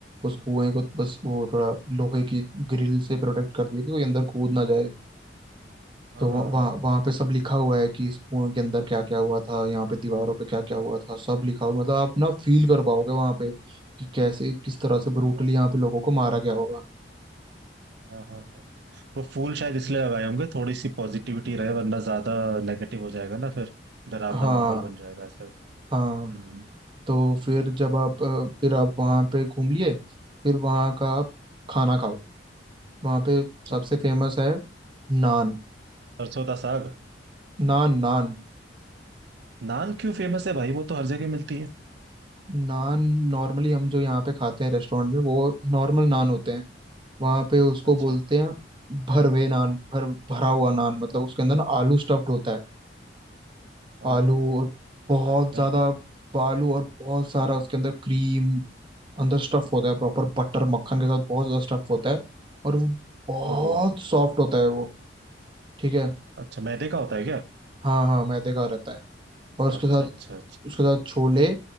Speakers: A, on the right (about 25°); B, on the right (about 60°).
A: उस
B: हम्म
A: कुएं
B: हम्म,
A: को बस वो थोड़ा लोहे की ग्रिल से प्रोटेक्ट कर दिया कि कोई अंदर कूद ना जाए
B: हाँ
A: तो
B: हाँ
A: वह- वहाँ
B: हाँ
A: वहाँ पे सब लिखा हुआ है कि इस कुएं के अंदर क्या क्या हुआ था यहाँ पे दीवारों पे क्या क्या हुआ था सब लिखा हुआ मतलब आप ना फील कर पाओगे वहाँ पे कि कैसे किस तरह से ब्रूटली
B: अच्छा,
A: यहाँ पे लोगों को मारा गया होगा
B: हाँ हाँ हाँ वो फूल शायद इसलिए लगाए होंगे थोड़ी सी पॉजिटिविटी रहे वरना ज्यादा नेगेटिव हो जाएगा ना फिर डरावना
A: हाँ
B: माहौल बन जाएगा ऐसे
A: हाँ
B: हम्म
A: तो फिर जब आप अ, फिर आप वहाँ पे घूम लिए फिर वहाँ का आप खाना खाओ वहाँ पे सबसे
B: अच्छा
A: फेमस है नान
B: सरसों का साग
A: नान नान
B: नान क्यों फेमस है भाई वो तो हर जगह मिलती है
A: नान नॉर्मली हम जो यहाँ पे खाते हैं रेस्टोरेंट में वो नॉर्मल नान होते हैं वहाँ पे उसको
B: अच्छा
A: बोलते हैं भरवे नान भर भरा हुआ नान मतलब उसके अंदर ना आलू स्टफ्ड होता है
B: ओहो
A: आलू
B: हो हो
A: और
B: हो,
A: बहुत
B: ऐसा है क्या
A: ज्यादा आलू और बहुत सारा उसके अंदर क्रीम अंदर स्टफ होता है प्रॉपर बटर मक्खन के साथ बहुत ज्यादा स्टफ होता है और वो बहुत
B: ओहो हो,
A: सॉफ्ट होता है वो ठीक है
B: अच्छा मैदे का होता है क्या
A: हाँ हाँ मैदे का रहता है और उसके
B: अच्छा
A: साथ
B: अच्छा अच्छा
A: उसके साथ छोले